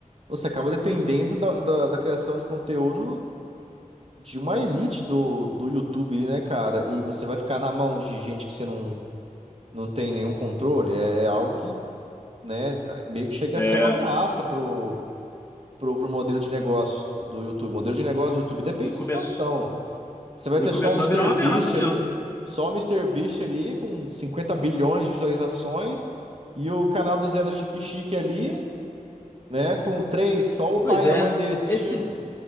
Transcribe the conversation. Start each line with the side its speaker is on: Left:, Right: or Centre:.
Right: você acaba dependendo da, da, da criação de conteúdo de uma elite do, do YouTube, ali, né, cara? E você vai ficar na mão de gente que você não, não tem nenhum controle. É é algo que, né, meio que chega
Left: É,
Right: a ser uma ameaça pro, pro, pro modelo de negócios do do YouTube. O modelo de negócio do YouTube depende
Left: e começou,
Right: de expansão. Você vai
Left: e
Right: ter
Left: começou
Right: só o Mister
Left: a virar uma ameaça
Right: Beast
Left: mesmo.
Right: ali, só o Mister Beast ali com 50 bilhões de visualizações e o canal do Zé do Chique Chique ali, né, com três, só o pai
Left: Pois é.
Right: e a mãe dele assistindo.
Left: Esse